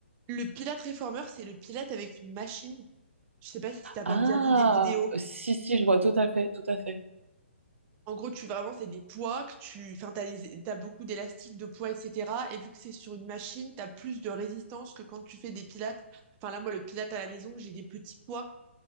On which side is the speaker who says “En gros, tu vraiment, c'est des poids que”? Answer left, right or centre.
Right